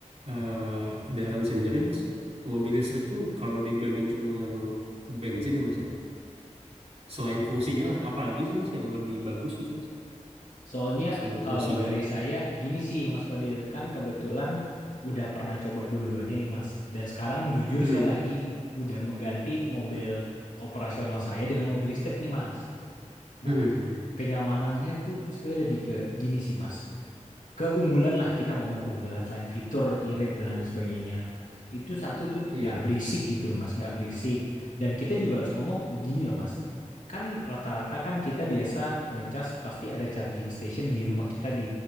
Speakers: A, on the right (about 55°); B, on the left (about 80°).
A: eh Darren sendiri, Mas, mobil listrik tuh kalau dibandingkan dengan mo- bensin ya, Mas ya, selain fungsinya lah, apalagi sih Mas yang lebih bagus gitu, Mas,
B: Soalnya
A: selain
B: kalau
A: fungsinya
B: dari
A: gitu.
B: saya gini sih Mas Fadil kan kebetulan udah pernah coba dua-duanya nih Mas. Dan sekarang jujur
A: Hmm,
B: saya lagi udah mengganti mobil operasional saya dengan mobil listrik nih Mas. Nah,
A: hmm, hmm, hmm. hmm, hmm.
B: kenyamanannya tuh sebenarnya lebih ke gini sih Mas keunggulan lah kita ngomong keunggulan selain fitur, irit dan lain sebagainya. Itu satu tuh
A: Iya,
B: nggak berisik gitu loh mas, nggak berisik. Dan kita juga harus ngomong gini loh mas. Kan rata-rata kan kita biasa ngecas pasti ada charging station di rumah kita di